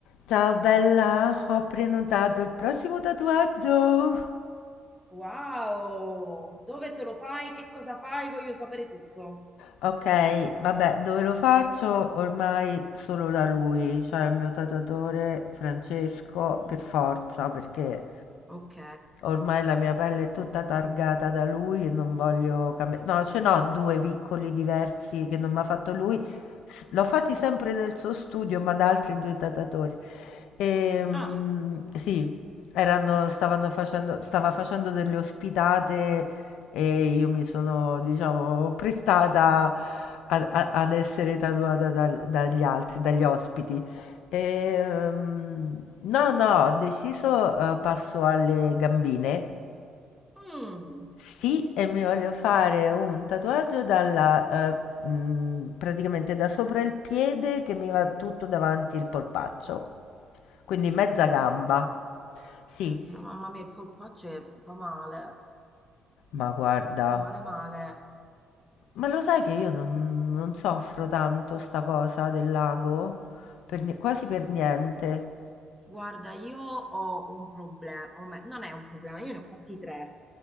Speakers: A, on the left; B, in the centre.
A: Ciao bella, ho prenotato il prossimo tatuaggio.
B: Wow! Dove te lo fai? Che cosa fai? Voglio sapere tutto.
A: Ok, vabbè, dove lo faccio? Ormai solo da lui, cioè il mio tatuatore Francesco,
B: Mm,
A: per forza, perché
B: ok.
A: Ormai la mia pelle è tutta targata da lui e non voglio cambiare. No, ce n'ho due piccoli diversi che non mi ha fatto lui. S- L'ho fatti sempre nel suo studio, ma da altri due tatatori. Ehm,
B: Ah,
A: sì, erano, stavano facendo, stava facendo delle ospitate e io mi sono, diciamo, prestata a- a- ad essere tatuata dal- dagli altri, dagli ospiti. Ehm, no, no, ho deciso, eh, passo alle gambine.
B: mm,
A: Sì, e mi voglio fare un tatuaggio dalla, eh, mh, praticamente da sopra il piede che mi va tutto davanti il polpaccio, quindi mezza gamba.
B: wow.
A: Sì,
B: Però mamma mia, il polpaccio che fa male,
A: ma guarda,
B: fa male male.
A: ma lo sai che io non, non soffro tanto sta cosa del lago? Per ni- quasi per niente.
B: Guarda, io ho un problema, o me- non è un problema, io ne ho fatti tre.